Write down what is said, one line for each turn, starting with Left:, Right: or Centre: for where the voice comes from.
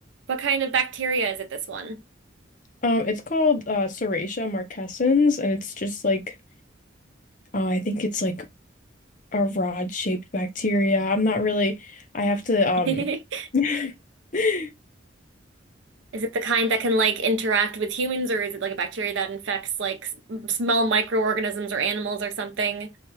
Right: What kind of bacteria is it, this one?
Left: Um, it's called uh, Serratia marquescens, and it's just like uh, I think it's like a rod-shaped bacteria. I'm not really. I have to um,
Right: <laughs>
Left: <laughs> yeah.
Right: Is it the kind that can like interact with humans, or is it like a bacteria that infects like s- small microorganisms or animals or something,